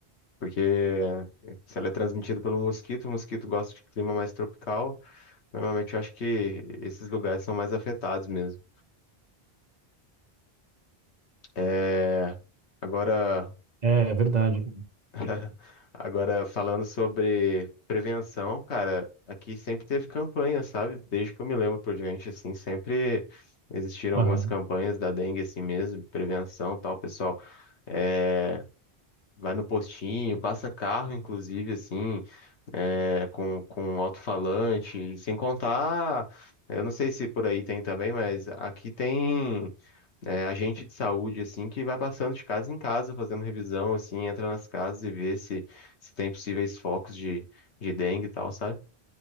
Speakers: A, on the left; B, on the right.
A: Porque eh, se ela é transmitida pelo mosquito, o mosquito gosta de clima mais tropical, normalmente eu acho que esses lugares são mais afetados mesmo. É, agora.
B: É, é verdade.
A: <laughs> Agora, falando sobre prevenção, cara, aqui sempre teve campanha, sabe? Desde que eu me lembro por diante, assim, sempre existiram
B: Aham.
A: algumas campanhas da dengue, assim mesmo, prevenção, tal, pessoal. É, vai no postinho, passa carro, inclusive, assim, é, com, com um alto-falante, sem contar. Eu não sei se por aí tem também, mas aqui tem é, agente de saúde, assim, que vai passando de casa em casa, fazendo revisão, assim, entra nas casas e vê se, se tem possíveis focos de, de dengue e tal, sabe?